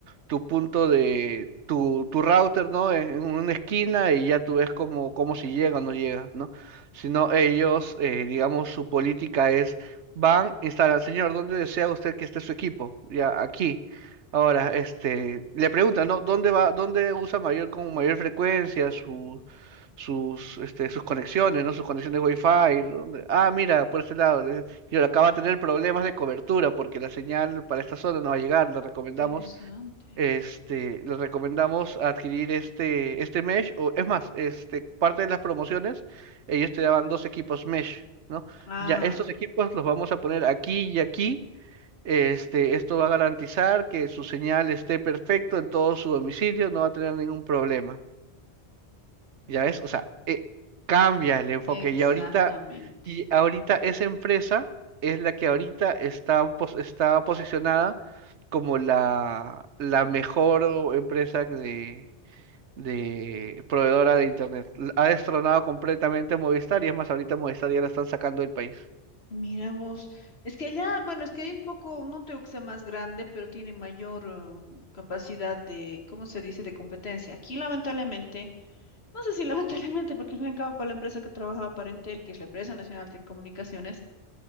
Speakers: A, on the right; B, on the left.
A: tu punto de tu, tu router, ¿no? En, en una esquina y ya tú ves cómo, cómo si llega o no llega, ¿no? Sino ellos, eh, digamos, su política es, van, instalan, señor, ¿dónde desea usted que esté su equipo? Ya, aquí. Ahora, este, le preguntan, ¿no? ¿Dónde va, dónde usa mayor, con mayor frecuencia su, sus, este, sus conexiones, ¿no? Sus conexiones Wi-Fi. ¿dónde? Ah, mira, por este lado. le- Y ahora acaba de tener problemas de cobertura porque la señal para esta zona no va a llegar. Le recomendamos
B: Interesante.
A: este, les recomendamos adquirir este, este mesh, o es más, este, parte de las promociones, ellos te daban dos equipos mesh, ¿no?
B: Ah,
A: Ya, estos equipos los vamos a poner aquí y aquí. Este, esto va a garantizar que su señal esté perfecto en todo su domicilio, no va a tener ningún problema. ¿Ya ves? O sea, eh, cambia el enfoque
B: exactamente.
A: y ahorita, y ahorita esa empresa es la que ahorita está, pos- está posicionada como la, la mejor o- empresa que de, de proveedora de Internet. L- Ha destronado completamente a Movistar y es más, ahorita Movistar ya la están sacando del país.
B: Mira vos, es que allá, bueno, es que hay un poco, no tengo que sea más grande, pero tiene mayor eh, capacidad de, ¿cómo se dice?, de competencia. Aquí, lamentablemente, no sé si <laughs> lamentablemente, porque al fin y al cabo para la empresa que trabajaba para Entel, que es la empresa nacional de comunicaciones,